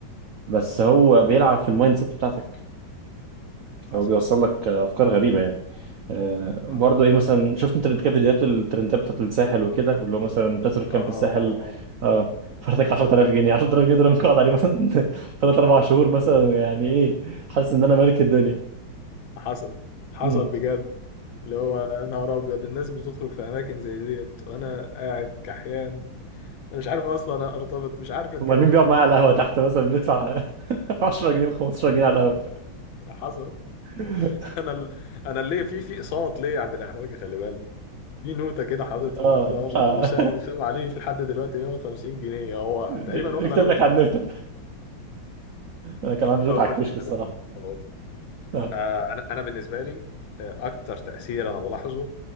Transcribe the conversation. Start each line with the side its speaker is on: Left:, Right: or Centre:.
Right: بس هو بيلعب في المايند سيت بتاعتك
Left: حصل
Right: هو بيوصل لك افكار غريبه يعني آه، برضه
Left: حصل
Right: ايه مثلا شفت انت قبل كده فيديوهات الترندات بتاعت الساحل وكده واللي هو مثلا تصرف
Left: اه
Right: كام
Left: اه
Right: في الساحل
Left: اه
Right: اه فرتك 10000 جنيه <laughs> 10000 جنيه دول ممكن اقعد عليه مثلا <laughs> 3 4 شهور مثلا يعني ايه حاسس ان انا ملك الدنيا
Left: حصل حصل
Right: امم
Left: بجد اللي هو يا نهار ابيض الناس بتخرج في اماكن زي ديت وانا قاعد كحيان انا مش عارف اصلا ارتبط مش عارف اتجوز
Right: امال مين بيقعد معايا على القهوه
Left: لا،
Right: تحت مثلا بيدفع <laughs> 10 جنيه و15 جنيه على
Left: حصل <laughs>
Right: القهوه
Left: انا ال... انا اللي في في اقساط ليه عند الاحواجي خلي بالك في نوتة كده حاطط
Right: <laughs> اه
Left: في النوتة اه
Right: لا.
Left: وسام وسام عليه لحد دلوقتي 150 جنيه هو
Right: <laughs>
Left: تقريبا واخد
Right: يكتب
Left: عليها وصولات
Right: لك على النوتة انا كان عندي
Left: طب
Right: نوتة
Left: اقول
Right: على الكشك
Left: لك
Right: الصراحه
Left: طب اقول لك
Right: آه.
Left: آه، انا انا بالنسبه لي آه، اكتر تاثير انا بلاحظه